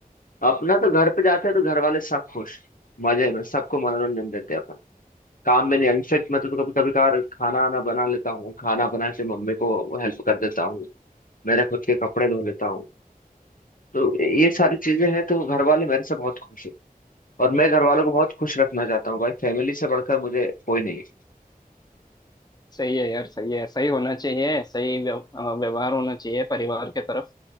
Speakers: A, on the left; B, on the left.
A: अपना तो घर पे जाते हैं तो घर वाले सब खुश मजे में सबको मनोरंजन देते हैं अपन काम में नहीं अनफिट मैं तो तो कभी कभी कभार खाना आना बना लेता हूँ खाना बना के मम्मी को हेल्प कर देता हूँ मेरे खुद के कपड़े धो लेता हूँ तो ये सारी चीजें हैं तो घर वाले मेरे से बहुत खुश हैं और मैं घर वालों को बहुत खुश रखना चाहता हूँ भाई फैमिली से बढ़कर मुझे कोई नहीं है
B: सही है यार सही है सही होना चाहिए सही व्यव- अ, व्यवहार होना चाहिए परिवार के तरफ